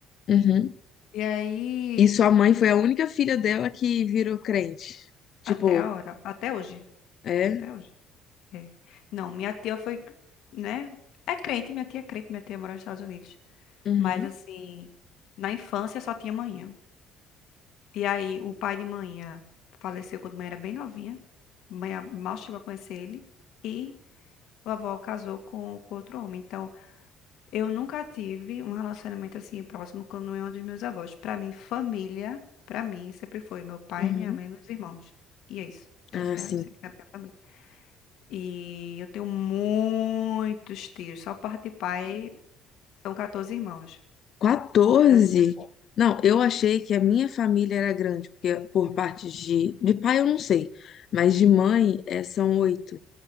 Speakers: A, on the left; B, on the left.
A: Uhum.
B: E aí,
A: E sua mãe foi a única filha dela que virou crente. Tipo,
B: até a hora, até hoje,
A: é?
B: até hoje. É. Não, minha tia foi, né? É crente, minha tia é crente, minha tia mora nos Estados Unidos.
A: Uhum.
B: Mas assim, na infância só tinha manhã. E aí o pai de manhã faleceu quando mãe era bem novinha. Mãe mal chegou a conhecer ele. E vovó casou com, com outro homem. Então, eu nunca tive um relacionamento assim próximo com nenhum dos meus avós. Pra mim, família, pra mim, sempre foi meu pai,
A: Uhum.
B: minha mãe, e meus irmãos. E é isso. Essa
A: Ah, sim.
B: é sempre a minha família. E eu tenho muitos tios. Só parte de pai são 14 irmãos.
A: Quatorze?
B: Mas assim,
A: Não, eu achei que a minha família era grande, porque por parte de, de pai eu não sei, mas de mãe é, são oito.